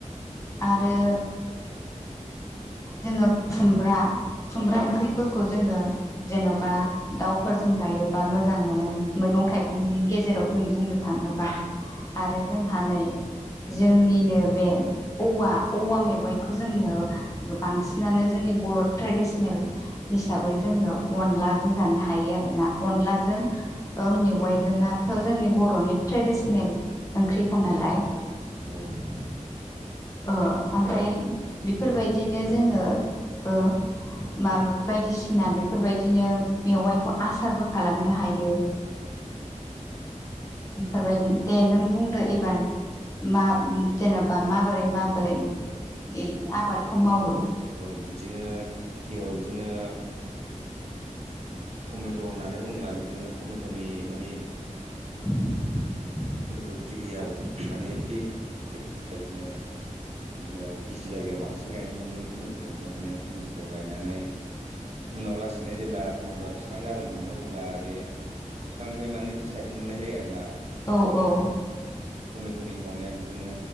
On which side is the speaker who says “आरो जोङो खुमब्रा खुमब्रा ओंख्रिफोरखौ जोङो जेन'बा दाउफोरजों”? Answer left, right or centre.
Left